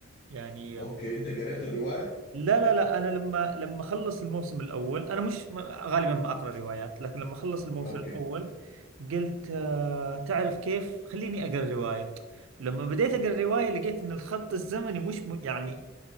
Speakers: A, on the right; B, on the left.
A: يعني
B: اوكي انت قريت الرواية
A: لا لا لا انا لما لما اخلص الموسم الاول انا مش ما- غالبا ما اقرا روايات لكن لما اخلص الموسم
B: اوكي
A: الاول قلت آه تعرف كيف خليني اقرا روايه لما بديت اقرا روايه لقيت ان الخط الزمني مش م... يعني